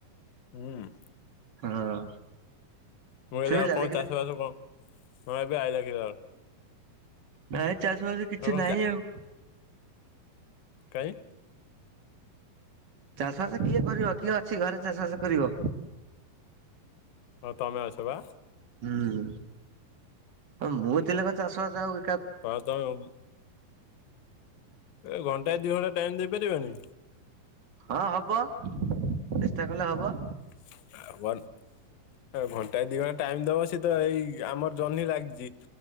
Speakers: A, on the left; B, on the right.
A: ହୁଁ।
B: ହଁ।
A: ମୁଁ କହିଲି
B: ଶୁଭିଲା
A: ଆଉ କଣ
B: ଦେଖିଲ
A: ଚାଷ ବାସ କଣ ମୁଁ ଏବେ ଆଇିଲ କିିଲ ଆ
B: ନାଇ ଚାଷବାସ କିଛି
A: ଆଉ କଣ
B: ନହିଁ
A: ଚା
B: ଆଉ।
A: କାହିଁ?
B: ଚାଷ ବାସ କିଏ କରିବ କିଏ ଅଛି ଘରେ ଚାଷବାସ କରିବ?
A: ହଁ ତମେ ଅଛ ବା।
B: ହୁଁ ହ ମୁଁ ଥିଲେ କ ଚାଷବାସ ହଉ
A: <inaudible> ଏ ଘଣ୍ଟାଏ ଦି ଘଣ୍ଟା ଟାଇମ ଦେଇ ପାରିବେନି?
B: ହଁ ହବ ଚେଷ୍ଟା କଲେ ହବ।
A: <inaudible> ଘଣ୍ଟାଏ ଦି ଘଣ୍ଟା ଟାଇମ ଦବ ସେ ତ ଏଇ ଆମର ଜହ୍ନି ଲାଗିଛି